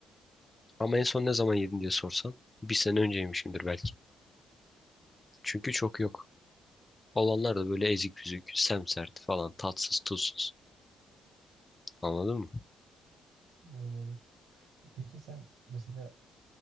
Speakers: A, on the left; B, on the right.
A: Ama en son ne zaman yedin diye sorsan bir sene önceymişimdir belki. Çünkü çok yok. Olanlar da böyle ezik büzük, semsert falan, tatsız, tuzsuz. Anladın mı?
B: Anladım. Peki sen mesela